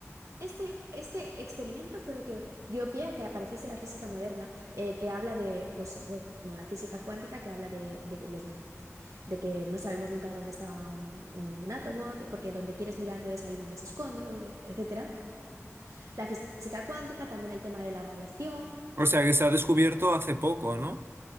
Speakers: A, on the right (about 75°); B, on the right (about 45°).
A: Este, este experimento fue lo que dio pie a que apareciese la física moderna, eh, que habla de, pues, bueno, la física cuántica, que habla de, de que los, de que no sabemos nunca dónde está un, un átomo, de- porque donde quieres mirarlo es ahí donde se esconde, donde, etcétera. La física cuántica, también el tema de la radiación.
B: O sea, que se ha descubierto hace poco, ¿no?